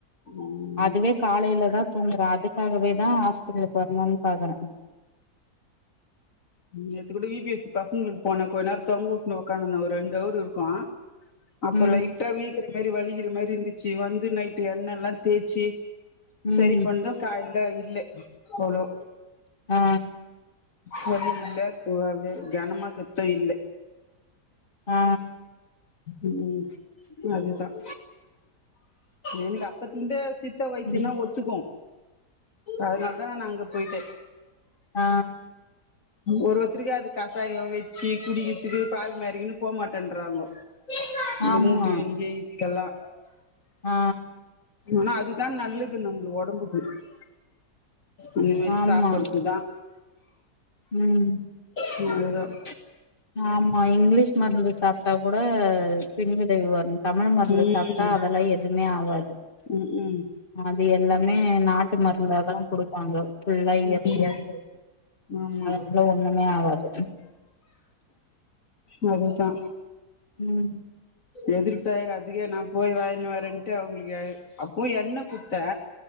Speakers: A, on the left; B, on the left.
A: ம்
B: அதுவே காலைல தான் தூங்குறேன் அது அதுக்காகவே தான் ஹாஸ்பிடலுக்கு வரணும்ன்னு பாக்குறேன்
A: நேத்து கூட இ பி எஸ் பசங்களுக்கு போனேன் கொஞ்ச நேரத்துல தொங்க உட்னு ஒக்காந்த்திருந்தேன் ஒரு ரெண்டு ஹவர் இருக்கும் அஹ அப்ப
B: ம்
A: லைட்டா வீக்க இது மாரி வலிக்கிற மாரி இருந்துச்சு வந்து நைட்டு எண்ணெல்லாம் தேய்ச்சி
B: ம்
A: சரி பண்ணி கால்ல இல்ல அவ்ளோ
B: ஆ
A: வலி இல்ல அஹ கனமாக்கதும் இல்ல
B: ஆ
A: ம் அதுதான் எனக்கு அப்பத்தில இருந்து சித்த வைத்தியம்ன்னா
B: ம்
A: ஒத்துக்கும் அதனால தான் நான் அங்க போயிடுறது
B: ஆ
A: ஒரு ஒருத்தருக்கு அது கசாயம் வச்சு குடிக்கிறதுக்கு பால் மாரிக்கினு போ மாட்டேன்றாங்கோ இந்த
B: ஆமா
A: மூட்டு வலிக்கு இதுக்கல்லாம்
B: ஆ
A: ஆனா அதுதான் நல்லது நம்மளுக்கு ஒடம்புக்கு எல்லாம் இந்த மாரி
B: ஆமா
A: சாப்படுறது தான்
B: ம்
A: அதுதான்
B: ஆமா இங்கிலீஷ் மருந்து சாப்ட்டா கூட பின்விளைவு வருது தமிழ் மருந்து
A: ம்
B: சாப்ட்டா அதெல்லா எதுமே ஆகாது
A: ம் ஹும்
B: அது எல்லாமே நாட்டு மருந்தா தான் குடுப்பா பாங்க ஃபுல்லா இயற்கையா
A: ம்
B: செய்றது
A: ஆமா
B: அதனால ஒண்ணுமே ஆகாது
A: உ அதுதா
B: ம்
A: எதிர்ப்ப அதுக்கே நா போயி வாயினு வரன்ட்டு அவுங்களுக்கா அப்போ எண்ணெ குத்த